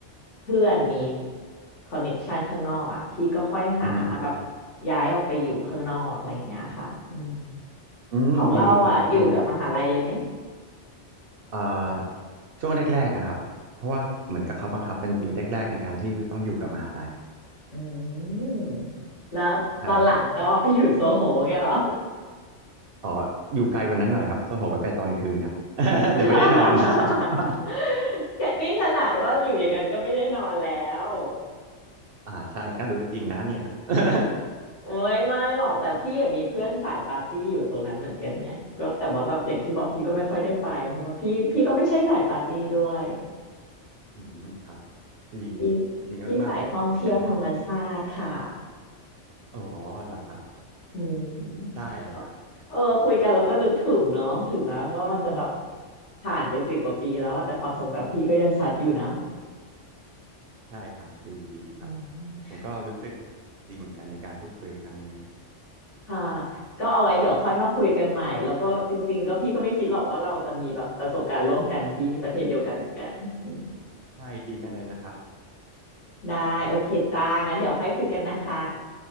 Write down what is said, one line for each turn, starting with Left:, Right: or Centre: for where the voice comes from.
Left: เพื่อนมีคอนเน็กชันข้างนอกอ่ะพี่ก็ค่อยหาแบบ
Right: อือฮึ
Left: ย้ายออกไปอยู่ข้างนอกอะไรอย่างเงี้ยค่ะอืม
Right: อืมดีครับดี
Left: ของเราอ่ะอยู่กับมหาลัยเลยไหม
Right: เอ่อช่วงแรกๆนะครับเพราะว่าเหมือนกับเขาบังคับเป็นปีแรกๆในการที่จะต้องอยู่กับมหาลัย
Left: อืมแล้วตอนหลังก็ไปอยู่โซโหเงี้ยเหรอ
Right: ใช่ครับอ๋ออยู่ไกลกว่านั้นหน่อยครับโซโหไปไปตอนคืนครับ <laughs>
Left: <laughs>
Right: เดี๋ยวไม่ได้นอน <laughs>
Left: แกนี่ขนาดว่าอยู่อย่างนั้นก็ไม่ได้นอนแล้ว
Right: อ่าใช่ก็รู้จริงนะเนี่ย <laughs>
Left: โอ้ยไม่หรอกแต่พี่อะมีเพื่อนสายปาร์ตี้อยู่ตรงนั้นเหมือนกันไงก็แต่ว่าแบบอย่างที่บอกพี่ก็ไม่ค่อยได้ไปเพราะว่าพี่พี่ก็ไม่ใช่สายปาร์ตี้ด้วย
Right: อืมครับดี
Left: พี่
Right: ดีมากๆเลยครับในการที่
Left: พี่สายท่องเที่ยวธรรมชาติค่ะ
Right: อ๋อเหรอครับ
Left: อืม
Right: ได้เลยครับ
Left: เออคุยกันแล้วก็นึกถึงเนาะถึงแม้ว่ามันจะแบบผ่านไปสิบกว่าปีแล้วอะแต่ความทรงจำพี่ก็ยังชัดอยู่นะ
Right: ใช่ครับ ดีดีครับ
Left: อืม
Right: ผมก็รู้สึกดีเหมือนกันในการพูดคุยครั้งเนี้ย
Left: ค่ะก็เอาไว้เดี๋ยวค่อยมาคุยกันใหม่แล้วก็จริงๆก็พี่ก็ไม่คิดหรอกว่าเราจะมีแบบประสบการณ์ร่วมกันที่ประเทศเดียวกันเหมือนกันอืม
Right: ใช่ดีจังเลยนะครับ
Left: ได้โอเคจ้า งั้นเดี๋ยวค่อยคุยกันนะคะ